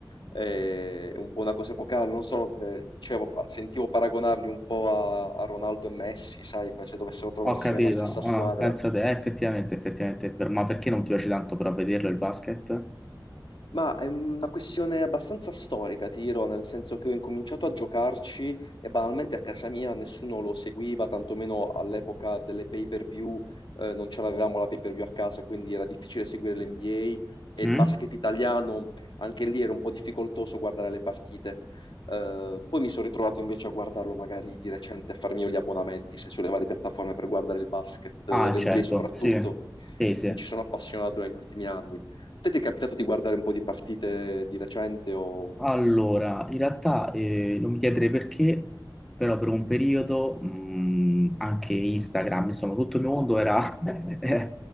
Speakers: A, on the left; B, in the centre.
A: è un po' una cosa epocale, non so, eh, dicevo, sentivo paragonarli un po' a, a Ronaldo e Messi, sai, se dovessero trovarsi
B: ho capito.
A: nella stessa squadra.
B: Ah, pensa te, eh, effettivamente, effettivamente è vero. Ma perché non ti piace tanto però vederlo il basket?
A: Ma è una questione abbastanza storica, ti dirò, nel senso che ho incominciato a giocarci e banalmente a casa mia nessuno lo seguiva, tantomeno all'epoca delle pay-per-view, eh, non ce l'avevamo la pay-per-view a casa, quindi era difficile seguire l'NBA e
B: Mm?
A: il basket italiano, anche lì era un po' difficoltoso guardare le partite. Eh, poi mi sono ritrovato invece a guardarlo magari di recente, a farmi io gli abbonamenti, se sulle varie piattaforme per guardare il basket, l'NBA
B: Ah, certo,
A: soprattutto.
B: sì, sì, sì.
A: Mi ci sono appassionato negli ultimi anni. Te ti è capitato di guardare un po' di partite di recente o...
B: Allora, in realtà eh, non mi chiederei perché, però per un periodo mh, anche Instagram, insomma, tutto il mio mondo era... <laughs>